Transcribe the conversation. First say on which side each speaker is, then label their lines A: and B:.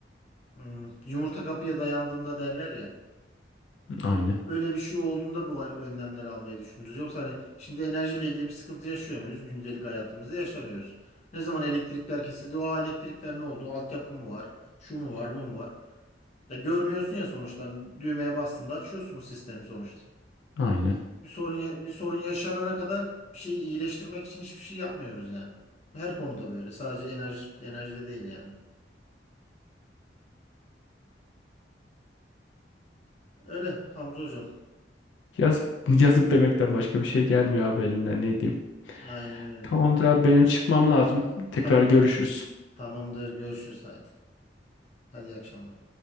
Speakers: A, on the left (about 40°); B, on the left (about 80°).
A: hmm, yumurta kapıya dayandığında derler ya.
B: Aynen.
A: öyle bir şey olduğunda bu önlemler almayı düşünürüz. Yoksa hani şimdi enerjiyle ilgili bir sıkıntı yaşıyor muyuz? Gündelik hayatımızda yaşamıyoruz. Ne zaman elektrikler kesildi? O elektrikler ne oldu? Altyapı mı var? Şu mu var? Bu mu var? Ya görmüyorsun ya sonuçta. Hani düğmeye bastığında açıyorsun bu sistemi sonuçta.
B: Aynen.
A: Bir sorun ya- bir sorun yaşanana kadar bir şeyi iyileştirmek için hiçbir şey yapmıyoruz yani. Her konuda böyle. Sadece enerji enerjide değil yani. Öyle Hamza hocam.
B: Yazık yazık demekten başka bir şey gelmiyor abi elimden ne diyeyim.
A: Aynen öyle.
B: Tamamdır abi benim çıkmam lazım. Tekrar
A: Tamam.
B: görüşürüz.
A: Tamamdır. Görüşürüz hadi. Hadi iyi akşamlar.